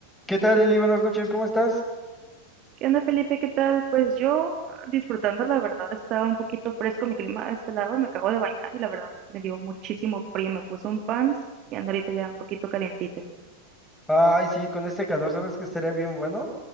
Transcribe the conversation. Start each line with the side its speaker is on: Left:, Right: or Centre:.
Centre: ¿Qué tal, Lili? Buenas noches, ¿cómo estás?
Right: ¿Qué onda, Felipe? ¿Qué tal? Pues yo disfrutando, la verdad, estaba un poquito fresco mi clima de este lado, me acabo de bañar y la verdad me dio muchísimo frío, me puse un pants y ando ahorita ya un poquito calientita.
Centre: Ay, sí, con este calor, ¿sabes que estaría bien bueno?